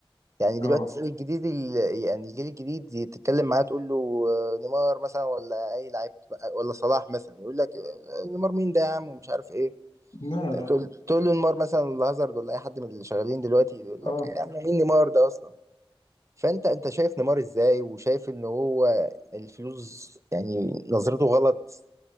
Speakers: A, on the right; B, on the left.
A: يعني دلوقتي
B: اه
A: تسأل الجديد ال... يعني الجيل الجديد دي تتكلم معاه تقول له آه، نيمار مثلا ولا اي لعيب ولا صلاح مثلا يقول لك آه، نيمار مين ده يا عم ومش عارف ايه
B: لا
A: تقول
B: لا
A: تقول له نيمار مثلا ولا هازارد ولا اي حد من اللي شغالين دلوقتي يقول
B: اه
A: لك يا عم مين نيمار ده اصلا فانت انت شايف نيمار ازاي وشايف ان هو الفلوس يعني نظرته غلط